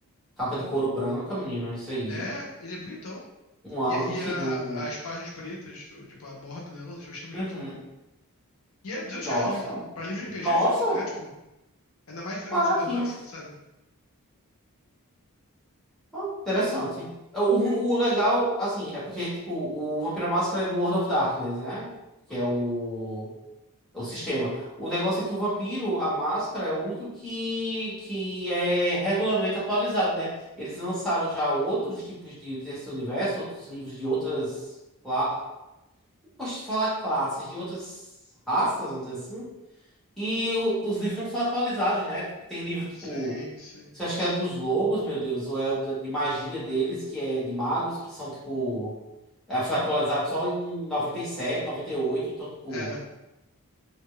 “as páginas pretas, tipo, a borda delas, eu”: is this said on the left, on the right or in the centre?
Left